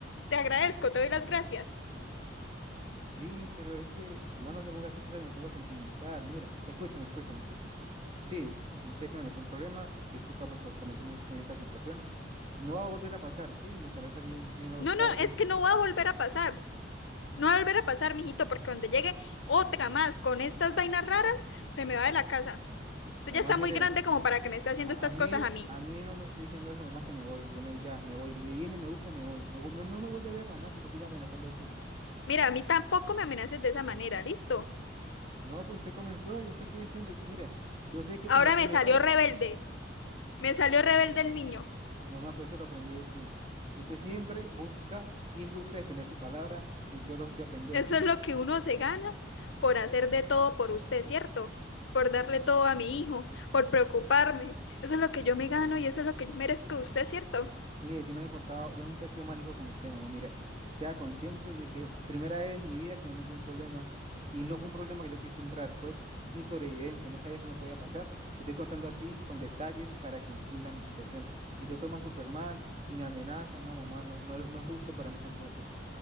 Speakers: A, on the left (about 80°); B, on the right (about 35°).
A: Te agradezco, te doy las gracias.
B: Sí, pero es que, mamá, no se ponga así, tú sabes que me pongo sentimental. Mira, escúchame, escúchame, escúchame. Sí, sé que me metí en un problema, discúlpame por ponerte en esta en esta situación. No va a volver a pasar, sí, intentaré salir menos
A: No,
B: tarde.
A: no, es que no va a volver a pasar. No va a volver a pasar, mijito, porque cuando llegue otra más con estas vainas raras, se me va de la casa. Usted
B: Mamá,
A: ya está
B: mire,
A: muy grande como para que me esté haciendo
B: a,
A: estas
B: a mí,
A: cosas a mí.
B: a mí no me está diciendo eso, mamá, que me voy, yo me voy ya, me voy, me viene, me busca y me voy. No, vu- no, no me vuelve a ver, mamá, si me sigue amenazando así.
A: Mira, a mí tampoco me amenaces de esa manera, ¿listo?
B: No, pero usted comenzó, yo te estoy diciendo, mira, yo sé que
A: Ahora
B: cometí
A: me
B: un
A: salió
B: error,
A: rebelde. Me salió rebelde el niño.
B: Mamá, pues eso lo aprendí de ti. Usted siempre busca, siempre busca defender su palabra y yo lo estoy aprendiendo
A: Eso
B: de ti.
A: es lo que uno se gana por hacer de todo por usted, ¿cierto? Por darle todo a mi hijo, por preocuparme. Eso es lo que yo me gano y eso es lo que yo merezco de usted, ¿cierto?
B: Mire, yo no me he portado, yo nunca he sido mal hijo con usted, mamá. Mira, sea consciente de que primera vez en mi vida que me metí en un problema y no fue un problema que yo quise entrar, fue mi sobrevivencia, no sabía qué me podía pasar. Te estoy contando a ti con detalles para que entiendas mi situación. Y lo tomas súper mal y me amenazas, no, mamá, no, no, no es justo para mí tampoco.